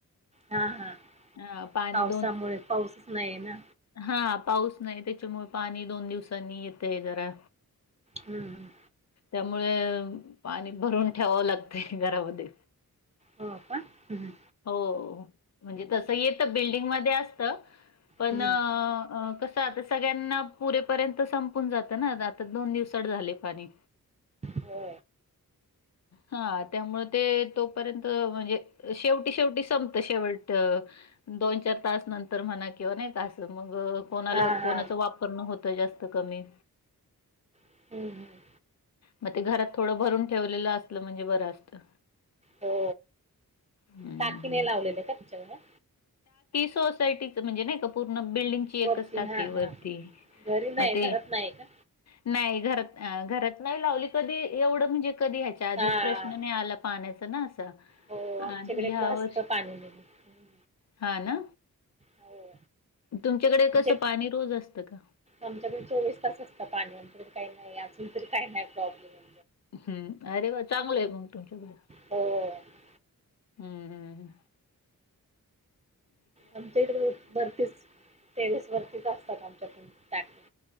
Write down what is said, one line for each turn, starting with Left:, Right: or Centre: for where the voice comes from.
Right: हा हा
Left: हा पाणी
Right: पावसामुळे
Left: दोन
Right: पाऊसच नाही आहे ना
Left: हा. पाऊस नाही त्याच्यामुळे पाणी दोन दिवसांनी येतय जरा.
Right: हम्म हम्म
Left: त्यामुळे पाणी भरून ठेवावं लागते घरामध्ये.
Right: हो का हम्म
Left: हो, म्हणजे तस येत बिल्डिंगमध्ये असत पण
Right: हम्म
Left: कस आता सगळ्यांना पुरेपर्यंत संपून जातं ना आता दोन दिवसात झाले पाणी.
Right: हो
Left: हा त्यामुळं ते तोपर्यंत म्हणजे शेवटी शेवटी संपत शेवट दोन चार तास नंतर म्हणा किंवा नाय का असं मगं कोणाला,
Right: हा
Left: कोणाचा
Right: हा
Left: वापर नत कुठं, जास्त कमी
Right: हम्म हम्म
Left: म ते घरात थोडं भरून ठेवलेलं असलं म्हणजे बरं असतं.
Right: हो
Left: हं,
Right: टाकीने
Left: हं.
Right: लावलेले का तुच्याक
Left: सोसायटीच म्हणजे नाही का पूर्ण बिल्डिंगची एकच
Right: वरती
Left: टाकी
Right: हा
Left: वरती,
Right: हा घरी नाही
Left: म, ते
Right: घरात नाही का
Left: नाही घरात अ घरात नाही लावली कधी, एवढं म्हणजे कधी ह्याच्या आधी
Right: हा
Left: प्रश्न नाही आला पाण्याचा ना. हया
Right: हो आमच्याकडे पण असतं
Left: वर्षी,
Right: पाणी नेहमी हम्म.
Left: हा ना.
Right: हो
Left: तुमच्याकडे कसं
Right: आमच्या,
Left: पाणी रोज असतं का?
Right: आमच्याकडे चोवीस तास असत पाणी. काही नाही अजून तरी काही नाही प्रॉब्लेम आहे.
Left: हम्म, अरे वा चांगलं आहे मग तुमच्याकडे.
Right: हो
Left: हम्म, हम्
Right: आमच्या इकडे वरतीच टेरेस वरतीच असतात आमच्या टाक्या.